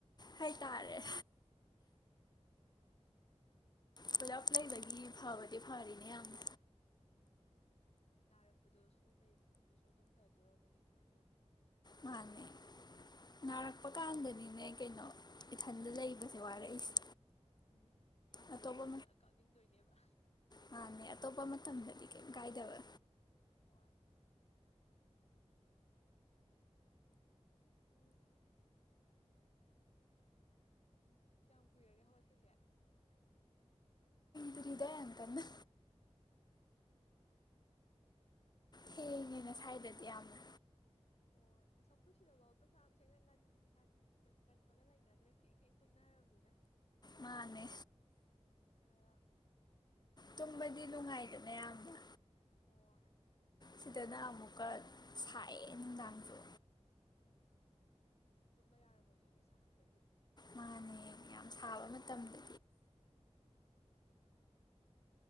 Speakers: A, on the left; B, on the left.
A: ꯍꯥꯏꯇꯥꯔꯦ ꯄꯨꯂꯞ ꯂꯩꯕꯒꯤ ꯐꯕꯗꯤ ꯐꯔꯤꯅꯦ ꯌꯥꯝꯅ
B: ꯎꯝ ꯅꯥꯔꯛꯄꯗꯁꯨ ꯀꯩꯗꯁꯨ ꯑꯗꯨꯝ ꯐꯗꯣꯔꯕꯅꯦ ꯑꯗꯨꯃꯥꯏꯅ ꯂꯩꯕꯗꯣ
A: ꯃꯥꯅꯦ ꯅꯥꯔꯛꯄꯀꯥꯟꯗꯗꯤꯅꯦ ꯀꯩꯅꯣ ꯏꯊꯟꯗ ꯂꯩꯕꯁꯦ ꯋꯥꯔꯛꯏꯁꯦ
B: ꯎꯝ ꯌꯨꯝꯒ
A: ꯑꯇꯣꯞꯄ
B: ꯅꯤꯡ ꯖꯪꯉꯛꯑꯒ ꯀꯥꯞꯅꯤꯡꯗꯣꯏꯅꯦꯕ
A: ꯃꯥꯅꯦ ꯑꯇꯣꯞꯄ ꯃꯇꯝꯗꯗꯤ ꯀꯩꯝ ꯀꯥꯏꯗꯕ
B: ꯍꯣꯏ ꯎꯝ ꯎ ꯀꯌꯥꯝ ꯀꯨꯏꯔꯒꯦ ꯍꯧꯒꯠꯄ ꯆꯦ
A: ꯀꯨꯏꯗ꯭ꯔꯤꯗ ꯌꯥꯝ ꯀꯟꯅ ꯊꯦꯡꯉꯦꯅꯦ ꯁ꯭ꯋꯥꯏꯗꯗꯤ ꯌꯥꯝꯅ
B: ꯍꯣꯏ ꯑꯁ ꯈꯣꯏ ꯁꯤꯗꯐꯥꯎꯗ ꯐꯥꯅꯌꯥꯝ ꯊꯦꯡꯉꯧ ꯉꯟ ꯉꯟ ꯉꯟꯕꯒ ꯂꯩꯅꯗ꯭ꯔꯦ ꯊꯦꯡ ꯊꯦꯡ ꯇꯨꯝꯅꯔꯕꯅꯤꯅ
A: ꯃꯥꯅꯦ
B: ꯑꯥ
A: ꯇꯨꯝꯕꯗꯤ ꯅꯨꯡꯉꯥꯏꯗꯅꯌꯥꯝꯅ
B: ꯍꯣꯏ
A: ꯁꯤꯗꯅ ꯑꯃꯨꯛꯀ ꯁꯥꯏꯌꯦ ꯅꯨꯡꯗꯥꯥꯡꯁꯨ
B: ꯎꯝ ꯇꯨꯝꯕ ꯌꯥꯔꯝꯃꯣꯏꯗꯣꯏꯅꯦ ꯁꯥꯃꯟꯕꯒꯤ
A: ꯃꯥꯅꯦ ꯌꯥꯝ ꯁꯥꯕ ꯃꯇꯝꯗ
B: ꯎꯝ